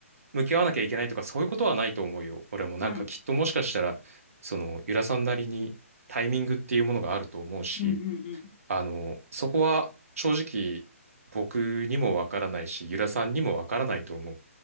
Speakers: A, on the right; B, on the left.
A: 向き合わなきゃいけないとかそういうことはないと思うよ。俺もなんかきっともしかしたら、
B: はい。
A: そのゆらさんなりにタイミングっていうものがあると思うし、
B: うんうんうん。
A: あのーそこは正直僕にもわからないし、ゆらさんにもわからないと思う。